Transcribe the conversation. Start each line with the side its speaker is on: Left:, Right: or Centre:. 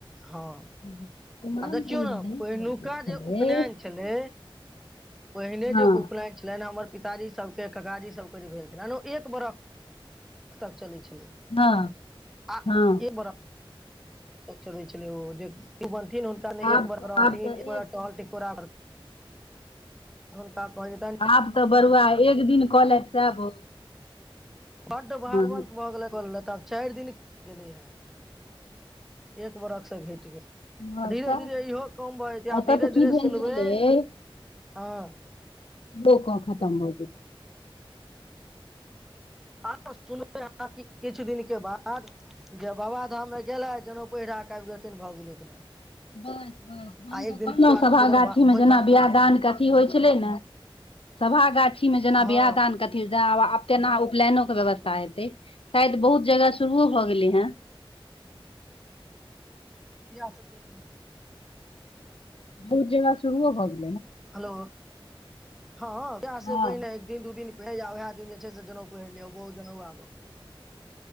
Centre: हँ
Left: कुमरम
Centre: आ देखियौ
Left: दिन जे
Centre: ने
Left: दही पौरि
Centre: पहिनुका
Left: दै छलै
Centre: जे उपनयन छलै पहिने
Left: हँ
Centre: जे उपलैन छलनिए हमर पिताजी सबके ककाजी सबके जे भेल छलनि ओ एक बरख तक चलै छै
Left: हँ
Centre: आ
Left: हँ
Centre: ए बरा चै छल ओ ब हुनका ल
Left: आब
Centre: एक बर रहथिन
Left: आब तऽ
Centre: टहल
Left: एक
Centre: टो हन क कह जेता
Left: आब तऽ बरुआ एक दिन कलैथ सेह बहुत।
Centre: बड्ड भागवन्त
Left: हँ
Centre: भऽ गेलैथ कऽ लेलैथ आब। चारि दिन गेले हें एक बरखसँ घटि गेल
Left: हँ सएह
Centre: धीरे धीरे इहो कम भऽ जेतई आब
Left: एतय
Centre: धीरे
Left: तऽ की
Centre: धीरे
Left: भेल
Centre: सुनबै
Left: छलै
Centre: हँ
Left: दो क <unintelligible>
Centre: आब सुनबै अहाॅं कि किछु दिनक बाद जे बाबा धाममे गेलैथ जनेउ पहिरा के आबि गेलखिन भऽ गेलै उपनयन।
Left: बस बस हम
Centre: आ
Left: तऽ
Centre: एक दिन
Left: कहलहुँ
Centre: के बाद
Left: सभा
Centre: भोजन
Left: गाछीमे
Centre: भोज
Left: जेना
Centre: भात
Left: बिआाह
Centre: कऽ लिअ
Left: दान के अथी होइ छलै ने सभा गाछीमे जेना
Centre: हँ
Left: बियाह दानके अथी तेना आब अप तेना उपलयनो के व्यवस्था हेतै शायद बहुत जगह श शुरुओ भऽ गेलई हें।
Centre: जे बियाह से पहिले जनउ पहिर लिय
Left: बहुत जगह शुरूओ भऽ गेलइ।
Centre: हेलो हँ बियाहसे
Left: हँ
Centre: पहिने एक दिन दू दिन उएह दिन जे छै से जनेउ पहिर लियै ओ बहुजनेउआ भऽ गेल।